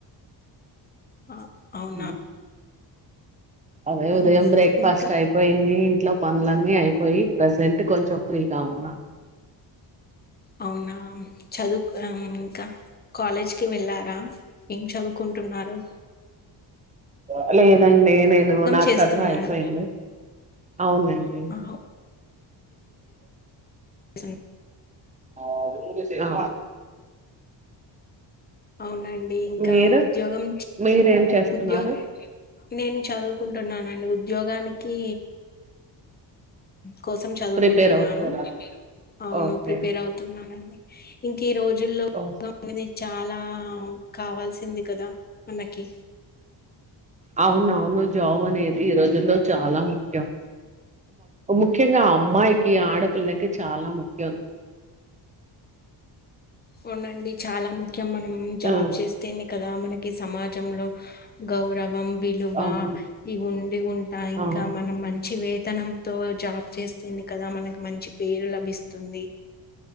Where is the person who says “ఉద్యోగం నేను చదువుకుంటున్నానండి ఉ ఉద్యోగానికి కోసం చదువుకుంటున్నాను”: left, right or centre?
Left